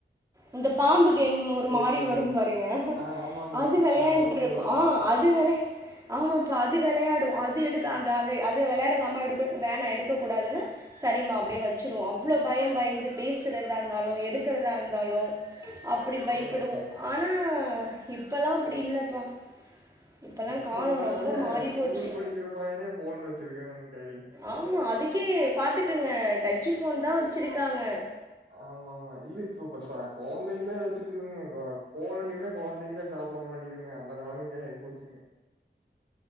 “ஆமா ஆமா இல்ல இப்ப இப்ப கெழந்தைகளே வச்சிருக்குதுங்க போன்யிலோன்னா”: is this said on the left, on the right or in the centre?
Right